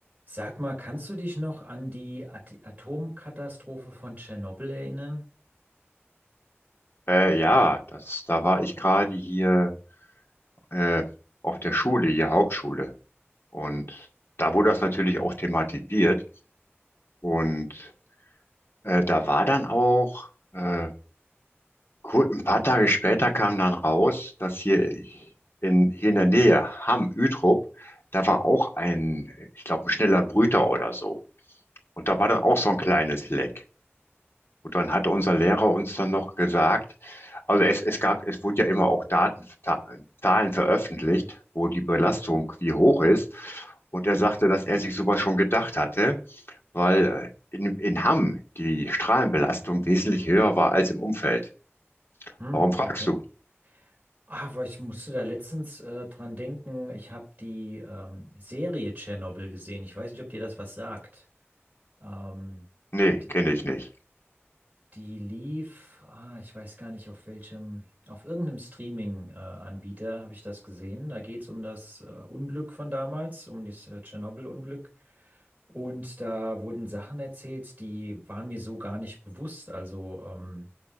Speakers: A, on the right; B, on the left.
A: Sag mal, kannst du dich noch an die At Atomkatastrophe von Tschernobyl erinnern?
B: Äh, ja, das, da war ich gerade hier äh, auf der Schule, hier Hauptschule. Und da wurde das natürlich auch thematisiert. Und äh, da war dann auch, äh, kur- ein paar Tage später kam dann raus, dass hier in, hier in der Nähe, Hamm, Utrop, da war auch ein, ich glaube, ein schneller Brüter oder so. Und da war dann auch so ein kleines Leck. Und dann hatte unser Lehrer uns dann noch gesagt, also es, es gab, es wurde ja immer auch Daten, Ta- Zahlen veröffentlicht, wo die Belastung wie hoch ist. Und er sagte, dass er sich sowas schon gedacht hatte, weil äh, in, in Hamm die Strahlenbelastung wesentlich höher war als im Umfeld.
A: Hm,
B: Warum fragst
A: okay.
B: du?
A: Ah, weil ich musste da letztens äh, dran denken, ich habe die ähm, Serie Tschernobyl gesehen. Ich weiß nicht, ob dir das was sagt. Ähm,
B: Nee,
A: die,
B: kenne ich nicht.
A: Die lief, ah, ich weiß gar nicht auf welchem, auf irgendeinem Streaming-Anbieter habe ich das gesehen. Da geht es um das äh, Unglück von damals, um das äh, Tschernobyl-Unglück. Und da wurden Sachen erzählt, die waren mir so gar nicht bewusst. Also, ähm,